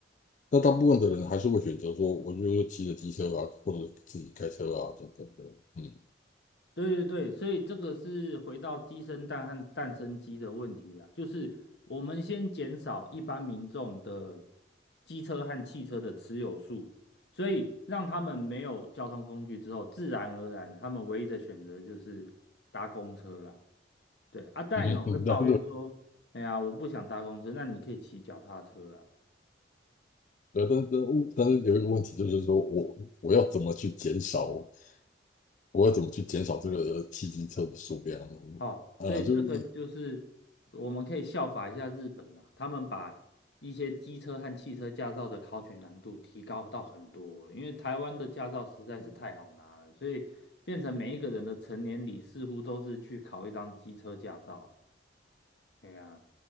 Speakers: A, on the left; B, on the left.
A: 那大部分的人还是会选择说，我就骑着机车啊，或者自己开车啊，等等的。嗯，
B: 对对对，所以这个是回到鸡生蛋和蛋生鸡的问题啊，就是我们先减少一般民众的机车和汽车的持有数，所以让他们没有交通工具之后，自然而然他们唯一的选择就是搭公车啦。对啊，但有人会抱怨说，
A: <laughs> 嗯，那
B: 哎呀，我不想搭公车，那你可以骑脚踏车啊。
A: 对，但但但是有一个问题就是说我我要怎么去减少，我要怎么去减少这个汽机车的数量
B: 哦，
A: 呃，
B: 所以这个就是
A: 啊就是
B: 我们可以效法一下日本啊，他们把一些机车和汽车驾照的考取难度提高到很多，因为台湾的驾照实在是太好拿了，所以变成每一个人的成年礼似乎都是去考一张机车驾照。哎呀，